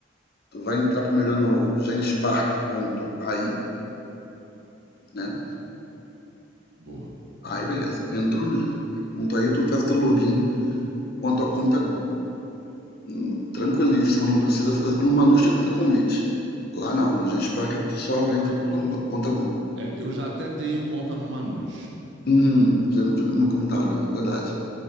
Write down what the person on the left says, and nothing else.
Tu vai entrar primeiro no genspark.ai, né?
Aí, beleza. Entrou no genspark.ai, tu faz o teu login com a tua conta Google. Hum, tranquilíssimo, não precisa fazer. No Manus tem que ter convite. Lá não, no Genspark tu só entra com a tua conta Google.
Uhum, já já me comentaram, é verdade.